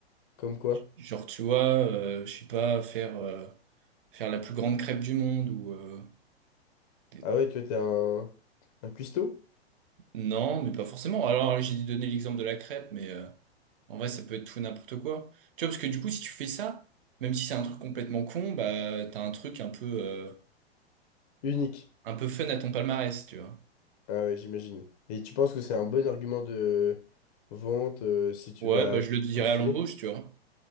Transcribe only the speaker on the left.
Comme quoi?
Ah ouais, toi, t'es un, un cuistot
unique.
Ah ouais, j'imagine. Et tu penses que c'est un bon argument de vente euh, si tu
vas
postuler?